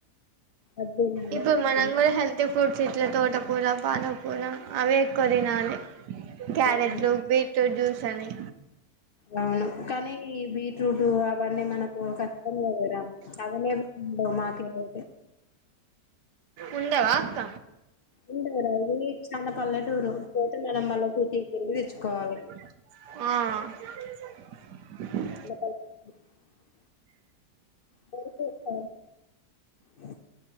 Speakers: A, on the left (about 85°); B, on the right (about 75°).
A: అదీ తినాలి
B: ఇప్పుడు
A: ఇదే
B: మనం
A: తినాలి.
B: కూడా హెల్తీ ఫుడ్స్ ఇట్లా తోటకూర పాలకూర అవే ఎక్కువ తినాలి.
A: తినాలి
B: క్యారెట్లు బీట్రూట్ జ్యూస్ సని
A: అవును కానీ ఈ బీట్రూట్ అవన్నీ మనకు కష్టం లేదు. అవిలేవు మాకయితే
B: ఉండవా అక్క
A: ఉండవు రా స్వీట్స్ న్నా కల్లే టూరు మనం మళ్ళ సిటీకెళ్ళి తెచ్చుకోవాలి.
B: ఆ
A: <unintelligible> బరువు ప అ